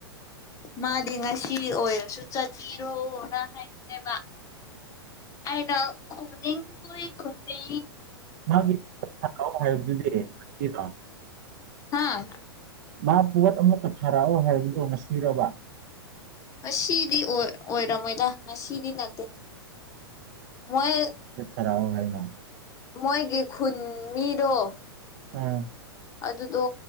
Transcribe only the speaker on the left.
ꯃꯥꯗꯤ ꯉꯁꯤ ꯑꯣꯏꯔꯁꯨ ꯆꯠꯄꯤꯔꯣꯅ ꯍꯥꯏꯗꯣꯏꯅꯦꯕ ꯑꯏꯅ ꯈꯨꯅꯤꯣꯏ ꯈꯨꯅꯤ
ꯍꯥꯦ
ꯁꯤꯗꯤ ꯑꯣꯏ ꯑꯣꯏꯔꯝꯃꯣꯏꯗ ꯃꯁꯤꯔꯤꯅꯗ ꯃꯣꯏ
ꯃꯣꯏꯒꯤ ꯈꯨꯟ ꯃꯤꯗꯣ
ꯑꯗꯨꯗꯣ